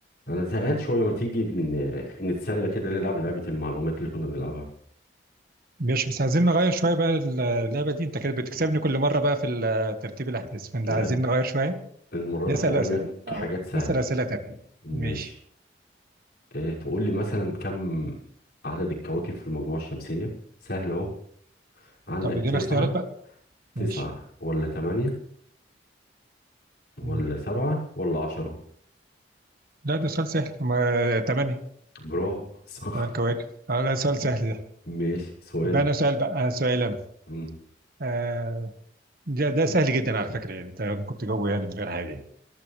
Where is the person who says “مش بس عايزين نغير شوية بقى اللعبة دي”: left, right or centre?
Right